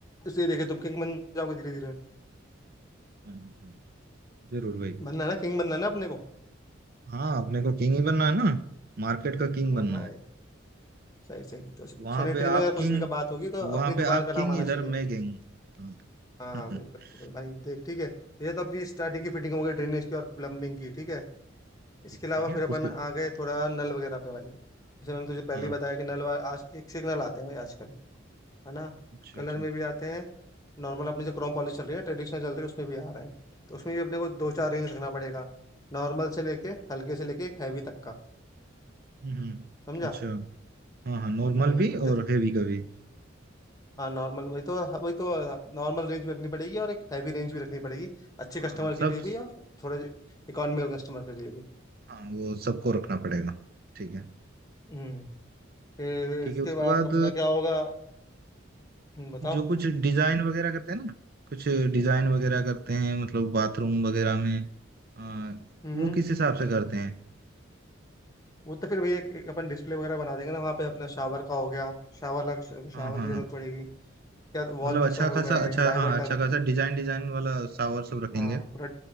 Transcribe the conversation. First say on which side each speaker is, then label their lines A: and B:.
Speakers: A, on the left (about 20°); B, on the right (about 50°).
A: उसे देखे तुम किंग बन जाओगे धीरे धीरे
B: हाँ, हाँ, जरूर भाई
A: बनना है ना किंग बनना है ना अपने को
B: हाँ अपने को किंग ही बनना है ना मार्केट का किंग
A: हाँ
B: बनना
A: हाँ
B: है
A: भाई सही सही तो सैनिटरी
B: वहां पे
A: में
B: आप
A: अगर कुछ
B: किंग
A: भी का बात होगी तो
B: वहां
A: अपनी
B: पे
A: दुकान
B: आप
A: का
B: किंग
A: नाम आना
B: इधर
A: चाहिए
B: मैं किंग हाँ
A: हाँ हाँ बिल्कुल
B: <laughs>
A: बिल्कुल। भाई देख ठीक है ये तो अपनी स्टार्टिंग की फिटिंग हो गई ड्रेनेज की और प्लम्बिंग की ठीक है इसके
B: ठीक है
A: अलावा
B: ठीक है
A: फिर अपन
B: उसके
A: आ गए थोड़ा नल वगैरह पे भाई जैसे मैंने तुझे पहले
B: हाँ
A: ही बताया कि नल वा- आज एक से एक नल आते हैं भाई आजकल है ना
B: अच्छा
A: कलर
B: अच्छा
A: में भी आते हैं नॉर्मल अपनी जो क्रोम पॉलिश चल रही है ट्रेडिशनल चल रही है उसमें भी आ रहे हैं तो उसमें भी अपने को दो
B: हम्म
A: चार रेंज रखना पड़ेगा नॉर्मल से लेके हल्के से लेके एक हैवी तक का
B: हम्म,
A: समझा
B: अच्छा हाँ हाँ नॉर्मल
A: हम्म
B: भी और हेवी का भी
A: हाँ नॉर्मल वही तो हाँ, वही तो नॉर्मल रेंज भी रखनी पड़ेगी और एक हैवी रेंज भी रखनी पड़ेगी अच्छे
B: हाँ
A: कस्टमर
B: हाँ
A: के
B: सब
A: लिए भी और थोड़े इकोनॉमिकल कस्टमर के लिए भी
B: हाँ वो सबको रखना पड़ेगा ठीक है
A: हम्म फिर
B: ठीक
A: इसके
B: है उसके
A: बाद
B: बाद
A: अपना क्या होगा हम्म, बताओ
B: जो कुछ डिजाइन वगैरह करते हैं ना कुछ डिजाइन वगैरह करते हैं मतलब बाथरूम वगैरह में आ,
A: हम्म
B: वो किस हिसाब से करते हैं
A: वो तो फिर भैया एक, एक अपन डिस्प्ले वगैरह बना देंगे ना वहाँ पे अपना शावर का हो गया शावर लग शावर
B: हाँ हाँ
A: की जरूरत
B: हाँ
A: पड़ेगी क्या
B: मतलब
A: वॉल मिक्सर
B: अच्छा
A: हो
B: खासा
A: गए
B: अच्छा
A: डाइवर्टर
B: हाँ अच्छा खासा डिजाइन डिजाइन वाला शावर सब रखेंगे
A: हाँ पूरा